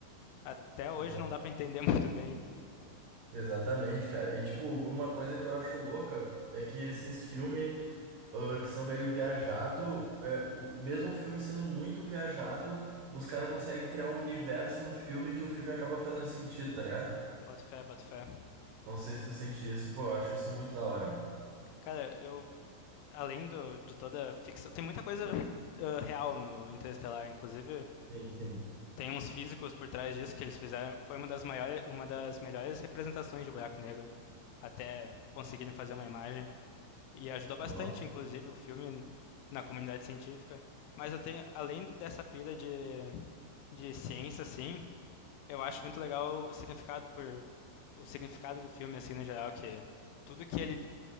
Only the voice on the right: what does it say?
Exa-
exatamente, cara. E tipo, uma coisa que eu acho louca é que esses filmes. ah, que são meio viajado, é, o mesmo o filme sendo muito viajado, os caras conseguem criar um universo no filme que o filme acaba fazendo sentido, tá ligado?
Não sei se tu sente isso. Pô, eu acho isso muito da hora, mano.
Sim, sim.
Nossa.